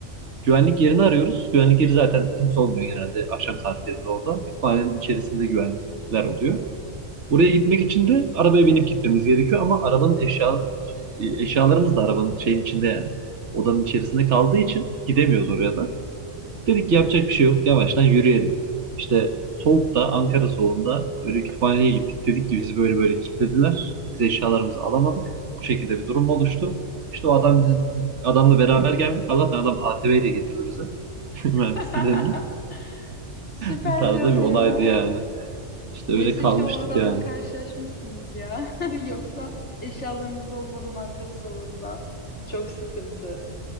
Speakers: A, on the right; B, on the left.
A: güvenlik yerini arıyoruz. Güvenlik yeri zaten kimse olmuyor genelde akşam saatlerinde orada. Kütüphanenin içerisinde güvenlikler oluyor. Oraya gitmek için de arabaya binip gitmemiz gerekiyor ama arabanın eşya eşyalarımız da arabanın şeyin içinde yani odanın içerisinde kaldığı için gidemiyoruz oraya da. Dedik ki yapacak bir şey yok. Yavaştan yürüyelim. İşte soğukta, Ankara soğuğunda böyle kütüphaneye gittik. Dedik ki bizi böyle böyle kilitlediler. Biz eşyalarımızı alamadık. Bu şekilde bir durum oluştu. İşte o adam bizi, adamla beraber geldik. Allah'tan adam ATV ile getirdi bize. <laughs> Mühendisliğin
B: <laughs>
A: önüne.
B: Süper
A: Bu tarzda
B: bir adı
A: bir olaydı
B: ya.
A: yani. İşte
B: Neyse
A: öyle kalmıştık
B: ki o adamla
A: yani.
B: karşılaşmışsınız ya. <laughs> Yoksa eşyalarınız olmadan Ankara salonunda. Çok sıkıntı.